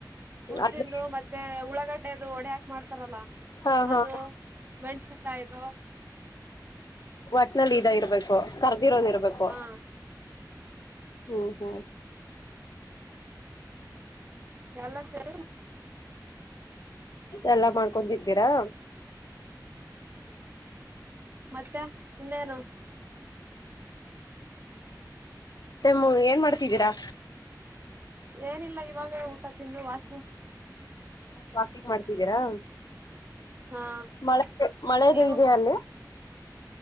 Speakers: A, on the right; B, on the left.
A: ಉದ್ದಿಂದು
B: ಅದ
A: ಮತ್ತೆ ಉಳಾ. ಗಡ್ಡೆದು ಒಡೆ ಹಾಕ್ ಮಾಡ್ತಾರಲ್ಲ
B: ಹಾ ಹಾ
A: ಅದು
B: ಹಾ
A: ಮೆಣಸನ್ಕಾಯಿದು.
B: ಒಟ್ನಲ್ಲಿ ಇದ ಇರ್ಬೇಕು ಕರ್ದಿರೋದ ಇರ್ಬೇಕು.
A: ಹಾ
B: ಹ್ಮ ಹ್ಮ.
A: ಎಲ್ಲಾ ಸೇರಿ.
B: ಎಲ್ಲಾ ಮಾಡ್ಕೊಂಡತಿಂತೀರಾ.
A: ಮತ್ತೆ ಇನ್ನೇನು.
B: ನಿಮ್ಮು ಏನ್ ಮಾಡ್ತಿದ್ದೀರಾ.
A: ಏನಿಲ್ಲಾ ಇವಾಗ ಊಟಾ ತಿಂದು ವಾಕ.
B: ವಾಕಿಂಗ್ ಮಾಡ್ತಿದ್ದೀರಾ.
A: ಹಾ
B: ಮಳೆ ಮಳೆದು
A: ನೀವು
B: ಇದೆಯಾ ಅಲ್ಲಿ.